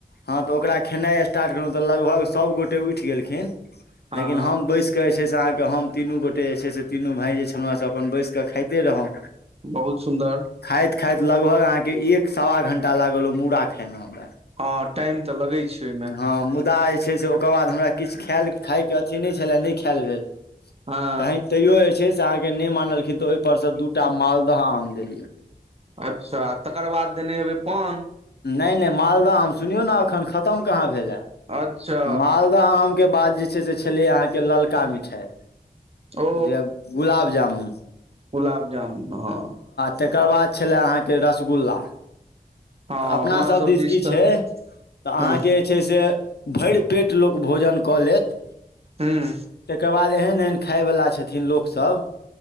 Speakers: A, on the left; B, on the right.
A: हँ, तऽ ओकरा खेनाइ स्टार्ट करेलहुँ तऽ लगभग सभगोटे उठि गेलखिन,
B: हँ
A: लेकिन
B: हँ
A: हम बैसि कऽ जे छै से अहाँके हम तीनू गोटे जे छै से तीनू भाय जे छलहु हँ से अपन बैस कऽ खाइते रहौं।
B: बहुत सुन्दर
A: खाइत खाइत लगभग अहाँके एक सवा घण्टा लागल ओ मूड़ा खाइमे हमरा।
B: हँ टाइम तऽ लगै छै। ओहिमे
A: हँ, मुदा जे छै से ओकर बाद हमरा किछु खायल खायके अथी नहि छलए, नहि खाएल भेल।
B: हँ
A: तऽ तैयो जे छै से अहाँके नहि मानलखिन तऽ ओहिपरसँ दूटा मालदह आम देलियै।
B: अच्छा तकर बाद देने हेबै पान
A: नहि नहि, मालदह हम सुनियौ ने, एखन खत्म कहाँ भेलए।
B: अच्छा
A: मालदह आमके बाद जे छै से छलै अहाँके ललका मिठाइ।
B: ओ
A: जे गुलाब जामुन
B: गुलाब जामुन हँ
A: तकर बाद छलै अहाँके रसगुल्ला
B: हँ
A: तऽ अपना सभ
B: सब
A: दिस की
B: तऽ
A: छै तऽ
B: ह
A: अहाँके छै। से भरि पेट लोक भोजन कऽ लेत
B: हूँ
A: तकर बाद एहन एहन खाय बला छथिन लोकसभ।